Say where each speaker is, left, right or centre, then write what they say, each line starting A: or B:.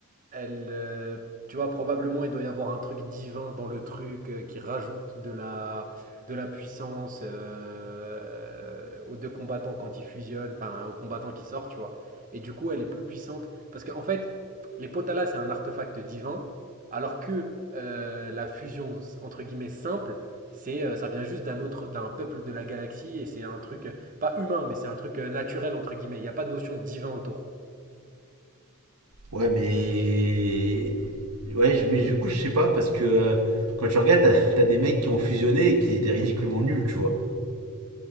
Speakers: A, on the right; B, on the right.
A: Elle, euh, tu vois, probablement il doit y avoir un truc divin dans le truc euh, qui rajoute de la, de la puissance euh, aux deux combattants quand ils fusionnent, enfin aux combattants qui sortent, tu vois. Et du coup, elle est plus puissante. Parce qu'en fait, les Potala, c'est un artefact divin, alors que euh, la fusion, entre guillemets, simple, c'est, euh, ça vient juste d'un autre, d'un peuple de la galaxie, et c'est un truc, euh, pas humain, mais c'est un truc euh, naturel, entre guillemets. Il n'y a pas de notion de divin autour.
B: Ouais, mais. Ouais, je- mais du coup, je sais pas, parce que euh, quand tu regardes, t'as- t'as des mecs qui ont fusionné et qui étaient ridiculement nuls, tu vois.